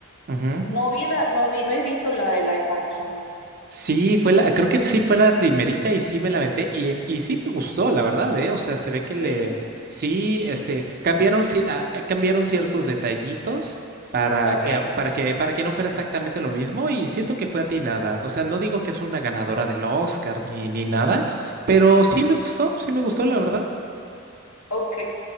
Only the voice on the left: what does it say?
No vi la, no vi, no he visto la de live action.
Sí.
Ok,
ok.